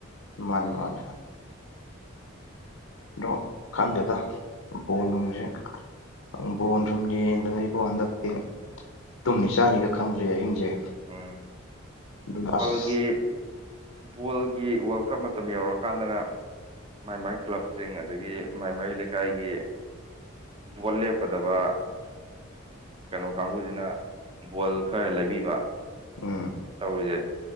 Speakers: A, on the left; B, on the right.
A: ꯃꯥꯅꯦ ꯃꯅꯦ ꯗꯣ ꯈꯪꯗꯦꯗ ꯕꯣꯟ ꯅꯨꯡꯁꯦ ꯪ ꯕꯣꯟ ꯁꯨꯝ ꯌꯦꯡꯗꯅ ꯏꯕꯣ ꯍꯟꯗꯛꯇꯤ ꯇꯨꯝꯅꯤ ꯆꯥꯅꯤꯒ ꯈꯪꯗ꯭ꯔꯦ ꯑꯍꯤꯡꯁꯦ
B: ꯎꯝ
A: ꯑꯗꯨꯅ
B: ꯄꯜꯒꯤ
A: ꯑꯁ
B: ꯕꯣꯜꯒꯤ ꯋꯥꯔꯜ ꯀꯞ ꯃꯇꯝ ꯌꯧꯔꯀꯥꯟꯗꯅ ꯃꯥꯏ ꯃꯥꯏ ꯀ꯭ꯂꯕꯁꯤꯡ ꯑꯗꯒꯤ ꯃꯥꯏꯃꯥꯏ ꯂꯩꯀꯥꯏꯒꯤ ꯚꯣꯠ ꯂꯦꯞꯀꯗꯕ ꯀꯩꯅꯣ ꯀꯥꯡꯕꯨꯁꯤꯅ ꯕꯣꯜ ꯈꯔ ꯂꯩꯕꯤꯕ
A: ꯎꯝ
B: ꯇꯧꯔꯤꯁꯦ